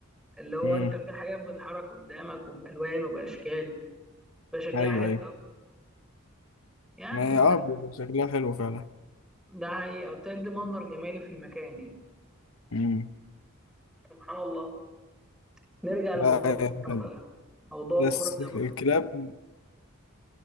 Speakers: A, in the centre; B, on the left.
A: اللي هو
B: مم.
A: انت في حاجات بتتحرك قدامك وبالوان وباشكال بشكلها
B: أيوه
A: حلو
B: أيوه
A: أوي. يعني
B: ما هي
A: بس
B: اه بيبقى شكلها حلو فعلا
A: ده هي بتدي منظر جمالي في المكان يعني
B: مم.
A: سبحان الله نرجع لموضوع
B: لا
A: الكورة
B: آه،
A: بقى موضوع
B: بس
A: الكورة ده
B: الكلاب
A: بقى